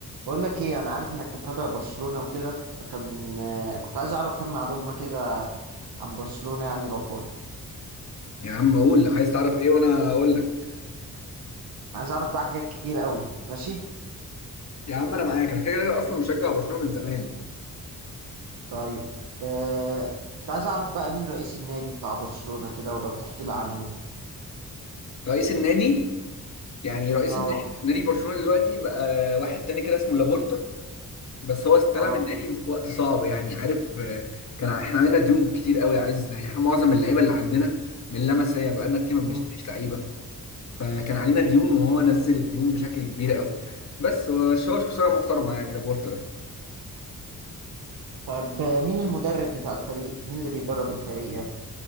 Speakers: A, on the right; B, on the left.
A: بقول لك ايه انا عارف انك متابع برشلونة وكده فكان آه، كنت عايز اعرف كم معلومة كده عن برشلونة يعني لو فاضي
B: يا عم قول عايز تعرف ايه وانا اقول لك
A: أنا عايز اعرف بقى حاجات كتير قوي ماشي
B: يا عم انا معاك انا كده كده اصلا مشجع برشلونه من زمان
A: طيب آه، كنت عايز اعرف بقى مين رئيس النادي بتاع برشلونة كده ولو تحكي لي عنه
B: رئيس النادي يعني رئيس
A: اه
B: النادي نادي برشلونه دلوقتي بقى واحد تاني كده اسمه لابورتا بس هو استلم
A: اه
B: النادي في وقت صعب يعني عارف آه، كان ع- احنا عندنا ديون كتير قوي عايز يعني احنا معظم اللعيبه اللي عندنا من لمسيه بقالنا كتير ما بنشتريش
A: مم.
B: لعيبه فكان علينا ديون وهو نزل الديون بشكل كبير قوي بس هو هو خساره محترمه يعني لابورتا ده
A: طب آه، مين المدرب بتاع الفريق مين اللي بيدرب الفريق يعني